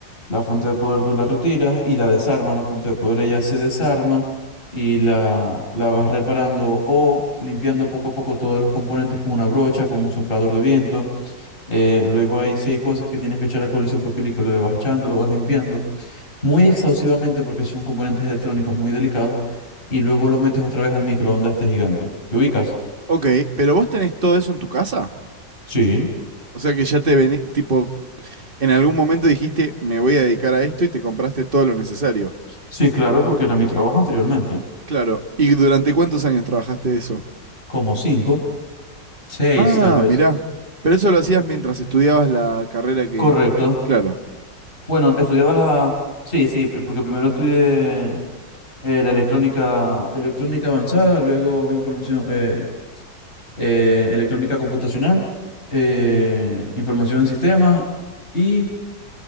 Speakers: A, on the left; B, on the right.
A: La fuente de poder tú la retiras y la desarmas. La fuente de poder ella se desarma y la, la vas reparando o limpiando poco a poco todos los componentes con una brocha, con un soplador de viento. Eh, luego hay seis cosas que tienes que echar alcohol isopropílico, le vas echando, lo vas limpiando muy exhaustivamente porque son componentes electrónicos muy delicados y luego lo metes otra vez al microondas este gigante. ¿Te ubicas?
B: Ok, pero vos tenés todo eso en tu casa.
A: Sí,
B: O sea que ya te vení, tipo, en algún momento dijiste, me voy a dedicar a esto y te compraste todo lo necesario.
A: sí, claro, porque era mi trabajo anteriormente.
B: Claro. ¿Y durante cuántos años trabajaste de eso?
A: Como cinco, seis
B: Ah,
A: tal vez.
B: mirá. Pero eso lo hacías mientras estudiabas la carrera que...
A: Correcto.
B: Claro.
A: Bueno, estudiaba la... Sí, sí, pr- porque primero estudié eh, la electrónica, electrónica avanzada, luego información, eh, eh, electrónica computacional, eh, información en sistemas y,